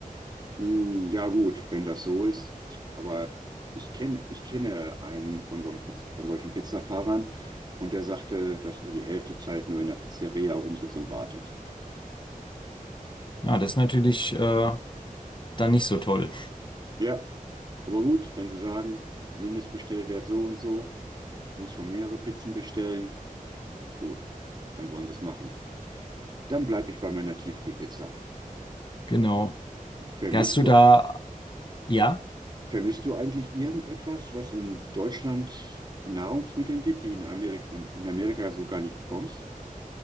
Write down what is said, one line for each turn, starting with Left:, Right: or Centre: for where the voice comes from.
Right: Hm, ja, gut, wenn das so ist. Aber ich kenne, ich kenne einen von so einem Piz von solchen Pizzafahrern und der sagte, dass er die Hälfte Zeit nur in der Pizzeria rumsitzt und wartet.
Left: Ja, das ist natürlich äh, dann nicht so toll.
Right: Ja, aber gut, wenn Sie sagen, Mindestbestellwert so und so, muss schon mehrere Pizzen bestellen. Gut, dann sollen Sie es machen. Dann bleibe ich bei meiner Tiefkühlpizza.
Left: Genau.
Right: Vermisst
Left: Hast du
Right: du
Left: da, ja?
Right: Vermisst du eigentlich irgendetwas, was in Deutschland an Nahrungsmitteln gibt, die in Amerika, in Amerika so gar nicht bekommst?